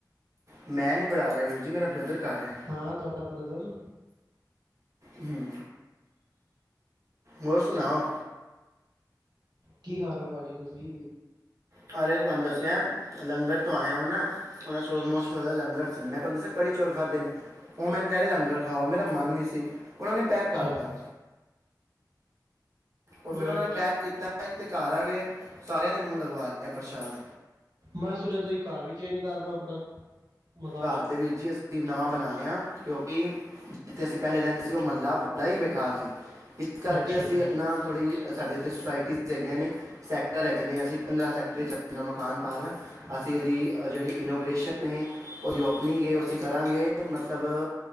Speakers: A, on the right; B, on the right.
A: ਮੈਂ ਨਈ ਪੜ੍ਹਾ ਰਿਆ ਵੀਰ ਜੀ ਮੇਰਾ ਬ੍ਰਦਰ ਕਰ ਰਿਆ।
B: ਹਾਂ ਤੁਹਾਡਾ ਬ੍ਰਦਰ
A: ਹੂੰ ਹੋਰ ਸੁਣਾਓ।
B: ਕੀ ਖਾ ਰਏ ਓ ਭਾਜੀ ਤੁਸੀ
A: ਖਾਰੇ ਤੁਹਾਨੂੰ ਦੱਸਿਆ ਲੰਗਰ ਤੋਂ ਆਇਆ ਵਾ ਨਾ। <unintelligible> ਲੰਗਰ ਸੀ ਮੈਂ ਤੁਹਾਨੂੰ ਦੱਸਿਆ ਕੜੀ ਚੋਲ ਖਾਧੇ ਨੇ। ਓ ਮੈਨੂੰ ਕੈ ਰਏ ਲੰਗਰ ਖਾਓ ਮੇਰਾ ਮਨ ਨਈ ਸੀ ਉਨਾਂ ਨੇ ਪੈਕ
B: ਅੱਛਾ
A: ਕਰਤਾ। ਓ ਫਿਰ
B: ਹੋਰ
A: ਉਨਾਂ ਨੇ ਪੈਕ ਕੀਤਾ ਇੱਕ ਤੇ ਘਰ ਆ ਕੇ ਸਾਰਿਆਂ ਦੇ ਮੂੰਹ ਲਗਵਾ ਦਿਤਾ ਪ੍ਰਸ਼ਾਦ
B: ਮੈਂ ਸੁਣਿਆ ਤੁਸੀਂ ਘਰ ਵੀ ਚੇਂਜ ਕਰ ਰਏ ਓ ਆਪਣਾ ਮਕਾਨ
A: ਘਰ ਤੇ ਵੀਰ ਜੀ ਅਸੀਂ ਵੀ ਨਵਾਂ ਬਣਾ ਰਹੇ ਆਂ ਕਿਉਂਕਿ ਜਿੱਥੇ ਅਸੀਂ ਪਹਿਲੇ ਰਹਿੰਦੇ ਸੀ ਉਹ ਮਹੱਲਾ ਬੜਾ ਹੀ ਬੇਕਾਰ ਸੀ ਇਸ ਕਰਕੇ
B: ਅੱਛਾ
A: ਅਸੀਂ ਆਪਣਾ ਥੋੜ੍ਹੀ ਸਾਡੇ ਇੱਥੇ ਸੁਸਾਇਟੀਜ਼ ਹੈਗੀਆਂ ਨੇ ਸੈਕਟਰ ਹੈਗੇ ਨੇ ਅਸੀਂ ਪੰਦਰਾਂ ਸੈਕਟਰ 'ਚ ਆਪਣਾ ਮਕਾਨ ਪਾ ਰਹੇ ਹਾਂ ਅਸੀਂ ਉਹਦੀ ਜੇਹੜੀ ਇਨੋਗ੍ਰੇਸ਼ਨ ਹੈ ਉਹਦੀ ਓਪਨਿੰਗ ਏ ਔ ਅਸੀ ਕਰਾਂਗੇ ਮਤਲਬ